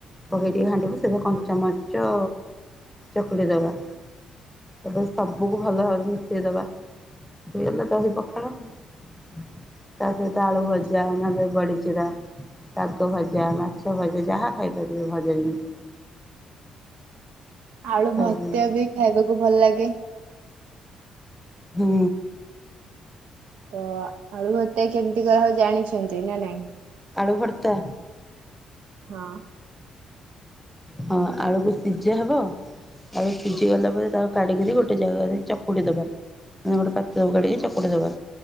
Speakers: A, in the centre; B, on the right (about 75°).
A: ପକେଇ ଟିକେ ହାଣ୍ଡିକୁ ସେ କଞ୍ଚ ମରିଚ ଚକୁଟି ଦେବା। ଏବେ ସବୁକୁ ଭଲ ଭାବେ ମିଶେଇଦବା। ହେଇଗଲା ଦହି ପଖାଳ ତା ସହିତ ଆଳୁ
B: ହୁଁ।
A: ଭଜା। ନହେଲେ ବଢ଼ିଚୁରା। ଶାଗ ଭଜା ମାଛ ଭଜା ଯାହା ଖାଇପାରିବେ ଭଜା ଜିନିଷ।
B: ଆଳୁ
A: ହୁଁ
B: ଭର୍ତା ବି ଖାଇବାକୁ ଭଲ ଲାଗେ।
A: ହୁଁ।
B: ତ ଆଳୁ ଭର୍ତା କେମିତି କରାହୁଏ ଜାଣିଛନ୍ତି ନା ନାଇଁ।
A: ଆଳୁ ଭର୍ତା।
B: ହଁ।
A: ହଁ ଆଳୁକୁ ସିଜା ହବ ଆଳୁ ସିଜି ଗଲା ପରେ ତାକୁ କାଢିକିରି ଗୋଟେ ଜାଗାରେ ଚକୁଡି ଦବା। ମାନେ ଗୋଟେ ପାତ୍ରକୁ କାଢିକି ଚକୁଟି ଦବା